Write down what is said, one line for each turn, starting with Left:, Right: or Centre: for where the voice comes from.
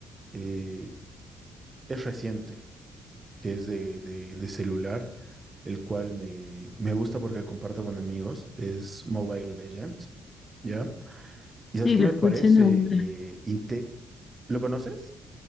Right: Eh, es reciente, que es de, de- de celular, el cual me, me gusta porque comparto con amigos, es Mobile Legends, ¿ya? ¿Y sabes
Left: Sí,
Right: qué
Left: lo
Right: me
Left: escuché
Right: parece?
Left: nombrar.
Right: eh, inte- ¿Lo conoces?